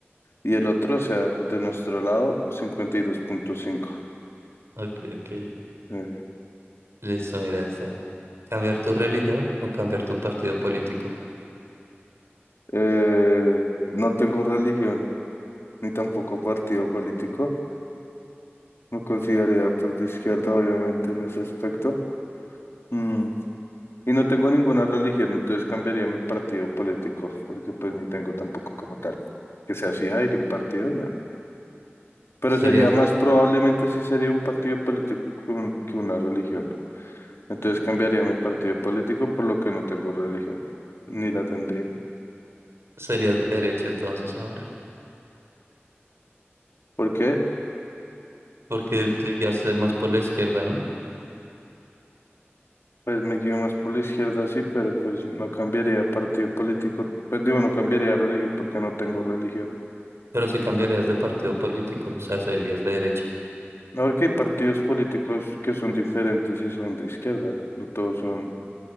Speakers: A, on the left (about 70°); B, on the right (about 75°).
A: Y el otro, o sea, de nuestro lado, 52.5.
B: Ok, ok,
A: Sí. Eh,
B: listo, mira esa. ¿Cambiar tu religión o cambiar tu partido político?
A: eh, no tengo religión, ni tampoco partido político. Me consideraría pues de izquierda, obviamente, en ese aspecto. Mm, Y no tengo ninguna religión, entonces cambiaría mi partido político, porque pues ni tengo tampoco como tal. Que sea así, ay, de un partido, no. Pero
B: Serías
A: sería más
B: de,
A: probablemente si sería un partido político que un- que una religión. Entonces cambiaría mi partido político por lo que no tengo religión, ni la tendría.
B: serías de derecha entonces ahora,
A: ¿Por qué?
B: porque te guiaste más por la izquierda, ¿no?
A: Pues me guío más por la izquierda, sí, pero pues no cambiaría de partido político, pues digo, no cambiaría de religión porque no tengo religión.
B: Pero si cambiarías de partido político, o sea, serías de derecha.
A: No, porque hay partidos políticos que son diferentes y son de izquierda, no todos son